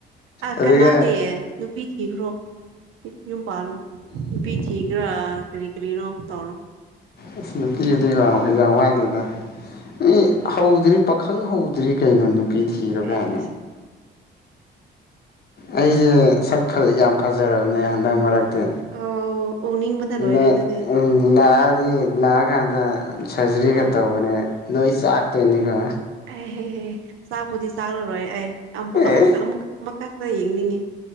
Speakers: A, on the right (about 85°); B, on the left (about 50°).
A: ꯑ
B: ꯑꯗꯨꯒ
A: ꯀꯅꯥꯗꯦ ꯅꯨꯄꯤ ꯊꯤꯈ꯭ꯔꯣ ꯌꯨꯝ ꯄꯥꯜꯂꯣ ꯅꯨꯄꯤ ꯊꯤꯈ꯭ꯔꯥ ꯀꯔꯤ ꯀꯔꯤꯅꯣ ꯇꯧꯔꯣ
B: ꯑꯁ ꯅꯨꯄꯤꯒꯤꯗꯤ ꯌꯥꯝ ꯋꯥꯠꯂꯤꯗ ꯃꯤ
A: ꯑꯦ
B: ꯍꯧꯗ꯭ꯔꯤ ꯄꯥꯈꯪ ꯍꯧꯗ꯭ꯔꯤ ꯀꯩꯅꯣ ꯅꯨꯄꯤ ꯊꯤꯔꯣ
A: ꯑꯩ
B: ꯀꯥꯏꯅ ꯑꯩꯁꯦ ꯁꯛ ꯌꯥꯝ ꯐꯖꯔꯕꯅꯦ ꯍꯟꯗꯛ ꯃꯔꯛꯇꯤ
A: ꯑꯧ ꯎꯅꯤꯡꯕꯅ ꯂꯣꯏꯔꯦ
B: ꯅꯪ
A: ꯑꯗꯨꯗꯤ
B: ꯑ ꯂꯥꯛꯑꯗꯤ ꯂꯥꯛꯑ ꯀꯥꯟꯗ ꯁꯔꯖꯔꯤꯒ
A: ꯑꯥ
B: ꯇꯧꯕꯅꯦ ꯅꯣꯏ ꯆꯥꯛꯇꯣꯏꯅꯤꯀꯣ
A: ꯑꯩꯍꯦꯍꯦ ꯆꯥꯛꯄꯗꯤ ꯆꯥꯔꯔꯣꯏ ꯑꯩ ꯑꯃꯨꯛ
B: ꯑꯦ
A: ꯑꯃꯛꯀ ꯑꯃꯨꯛ ꯑꯃꯛ ꯈꯛꯇ ꯌꯦꯡꯅꯤꯡꯉꯤ